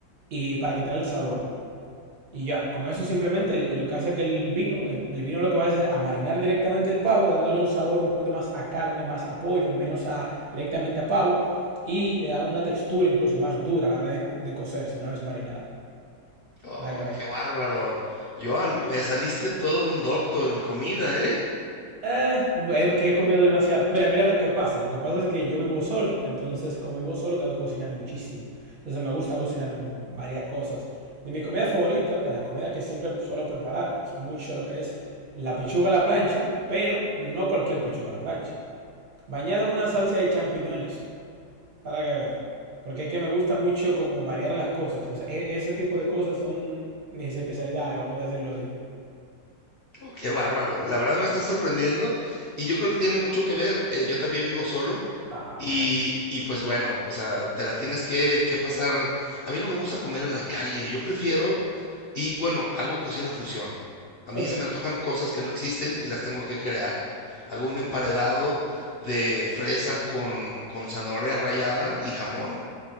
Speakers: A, on the right (about 50°); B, on the left (about 60°).
A: y para quitar el sabor. Y ya, con eso simplemente lo que hace que el vino, el vino lo que va a hacer es a marinar directamente el pavo, dándole un sabor un poquito más a carne, más a pollo, menos a directamente a pavo, y le da una textura incluso más dura a la hora de, de cocerse una vez marinado.
B: Oh,
A: Para que vean
B: qué bárbaro. Joan, me saliste todo un doctor en comida, ¿eh?
A: Eh, es que he comido demasiado. Mira, mira lo que pasa. Lo que pasa es que yo vivo solo, entonces como vivo solo tengo que cocinar muchísimo. Entonces me gusta cocinar varias cosas. De mi comida favorita, de las comidas que siempre suelo preparar, es mucho lo que es la pechuga a la plancha, pero no cualquier pechuga a la plancha. Bañada en una salsa de champiñones, para que veas. Porque es que me gusta mucho como variar las cosas. Es- e- ese tipo de cosas son mis especialidades, vamos a decirlo así.
B: Oh, qué bárbaro. La verdad me está sorprendiendo y yo creo que tiene mucho que ver. Eh, yo también vivo solo
A: Ah,
B: y,
A: mejor.
B: y pues bueno, o sea, te la tienes que, que pasar. A mí no me gusta comer en la calle, yo prefiero, y bueno, hago cocina fusión. A mí
A: Ok.
B: se me antojan cosas que no existen y las tengo que crear. Hago un emparedado de fresa con, con zanahoria rallada y jamón,